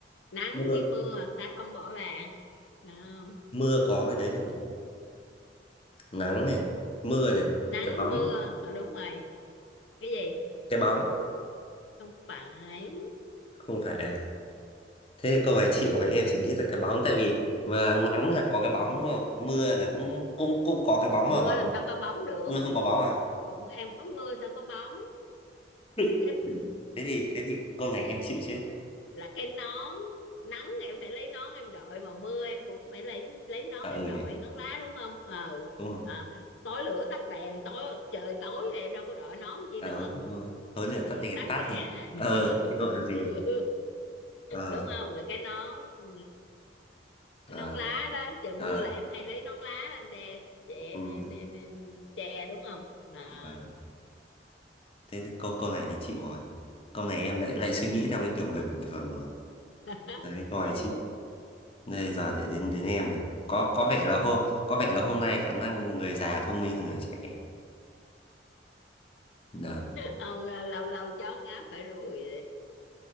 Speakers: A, on the left; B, on the left.
A: nắng
B: mưa
A: với mưa ta không bỏ bạn không?
B: mưa có cái đấy không nhỉ nắng này mưa này
A: nắng
B: cái bóng
A: mưa ờ đúng rồi cái gì
B: cái bóng
A: không phải
B: không phải à thế cô phải chịu hỏi em chỉ nghĩ ra cái bóng tại vì mà nắng là có cái bóng đúng không mưa là cũng cũng cũng có cái bóng
A: mưa
B: mà mà
A: làm sao có bóng được
B: mưa không có bóng à
A: em có mưa sao có bóng
B: <laughs>
A: cái
B: thế thì thế thì câu này em chịu chết
A: là cái nón nắng em phải lấy nón em đội mà mưa em cũng phải lấy lấy nón
B: à
A: em
B: ừ
A: đội
B: nhỉ.
A: nón lá đúng không ờ
B: đúng rồi
A: à, tối lửa tắt đèn tối trời tối thì em đâu có đội nón chi
B: à
A: nữa
B: ừ đúng rồi tối lửa
A: Ừ,
B: tắt đèn
A: tắt
B: tắt
A: đèn
B: thì ờ
A: <laughs>
B: thì đội làm gì
A: Ừ.
B: ờ
A: đúng không là cái nón ừ,
B: ờ
A: cái nón lá đó trời mưa
B: ờ
A: là em hay lấy nón lá em đè che em
B: ừ,
A: em em em che đúng không à
B: ờ. thế thì câu câu này thì chịu rồi câu này em lại
A: ừ.
B: lại suy nghĩ theo cái kiểu người bình thường rồi
A: <laughs>
B: đấy câu này chịu Đây giờ để đến đến em này. Có có vẻ
A: Ừ.
B: là hôm có vẻ là hôm nay khả năng người già thông minh hơn người trẻ. Đấy.
A: ông à, lâu lâu chó ngáp phải ruồi